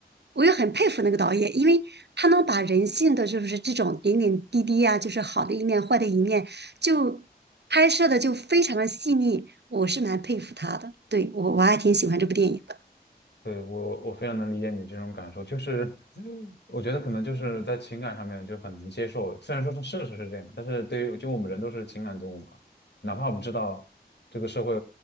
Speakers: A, on the right; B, on the left.
A: 我也很佩服那个导演，因为他能把人性的就是这种点点滴滴呀，就是好的一面、坏的一面，就拍摄的就非常的细腻，我是蛮佩服他的，对，我我还挺喜欢这部电影的，
B: 对，我我非常能理解你这种感受，就是 <laughs> 我觉得可能就是在情感上面就很难接受，虽然说是事实是这样，但是对于就我们人都是情感动物嘛，哪怕我们知道这个社会